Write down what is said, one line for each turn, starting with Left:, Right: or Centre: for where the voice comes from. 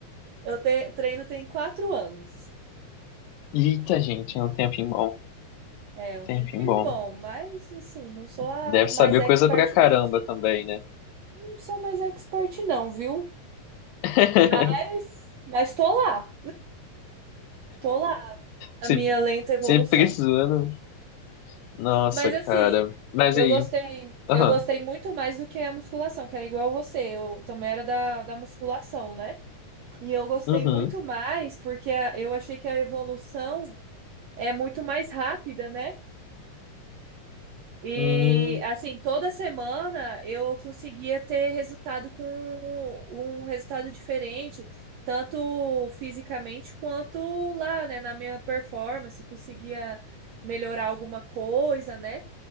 Right: eu te- treino tem quatro anos.
Left: Eita, gente, é um tempinho bom.
Right: É, um
Left: Tempinho
Right: tempinho
Left: bom.
Right: bom, mas assim, não sou a
Left: Deve
Right: mais
Left: saber
Right: expert,
Left: coisa pra caramba
Right: não.
Left: também, né?
Right: Não sou mais expert, não, viu?
Left: <laughs>
Right: Mas, mas tô lá, tô lá na
Left: Sempre,
Right: minha lenta evolução.
Left: sempre precisando. Nossa,
Right: Mas assim,
Left: cara. Mas
Right: eu
Left: aí.
Right: gostei,
Left: Aham.
Right: eu gostei muito mais do que a musculação, que era igual você. Eu também era da, da musculação, né? E eu gostei
Left: Uhum.
Right: muito mais porque a- eu achei que a evolução é muito mais rápida, né? E
Left: Hum.
Right: assim, toda semana eu conseguia ter resultado com um resultado diferente, tanto fisicamente quanto lá, né, na minha performance, conseguia melhorar alguma coisa, né?